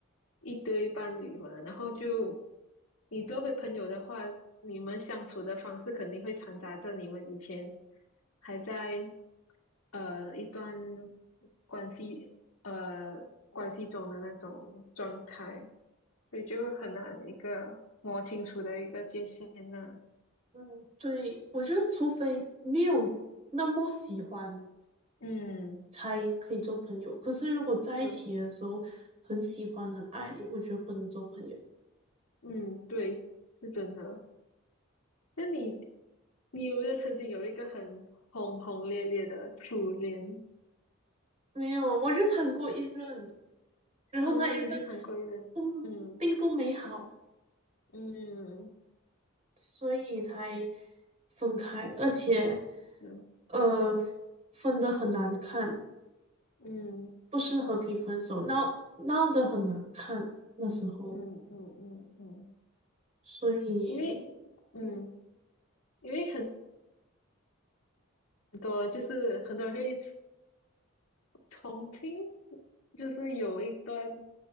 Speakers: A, on the left; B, on the right.
A: 一对伴侣嘛。然后就你做回朋友的话，你们相处的方式肯定会掺杂着你们以前还在呃一段关系呃关系中的那种状态，所以就很难一个摸清楚的一个界限呐、
B: 嗯，对，我觉得除非没有那么喜欢，
A: 嗯，
B: 才可以做朋友。可是如果在一起的时候很喜欢很爱，
A: 对。
B: 我觉得不能做朋友。
A: 嗯，对，是真的。那你，你有没有曾经有一个很轰轰烈烈的初恋？
B: 没有，我就谈过一任，然后那一任
A: 哦，你去当过人，
B: 嗯并不美好，
A: 嗯嗯
B: 所以才分开，而且
A: 嗯
B: 呃分的很难看，
A: 嗯
B: 不是和平分手，闹闹得很难看那时候，
A: 嗯嗯嗯嗯，
B: 所以
A: 因为嗯，
B: 嗯。
A: 因为很多就是很多人会重听，就是有一段